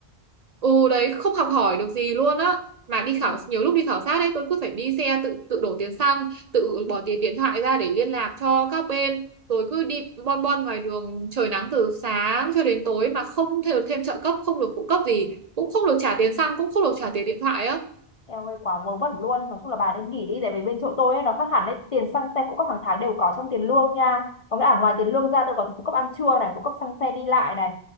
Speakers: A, on the right; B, on the left.
A: Ừ đấy không học hỏi được gì luôn á mà đi
B: ừ.
A: khảo nhiều lúc đi khảo sát đấy tôi cứ phải đi xe tự tự đổ tiền xăng tự bỏ tiền điện thoại ra để liên lạc cho các bên rồi cứ đi bon bon ngoài đường trời nắng từ sáng cho đến tối mà không thể được thêm trợ cấp không được phụ cấp gì cũng không được trả tiền xăng cũng không được trả tiền điện thoại á
B: Eo ơi quá vớ vẩn luôn Nói chung là bà nên nghỉ đi Tại vì bên chỗ tôi ấy, nó khác hẳn đấy Tiền xăng xe phụ cấp hàng tháng đều có trong tiền lương nha Có nghĩa là ngoài tiền lương ra tôi còn phụ cấp ăn trưa này Phụ cấp xăng xe đi lại này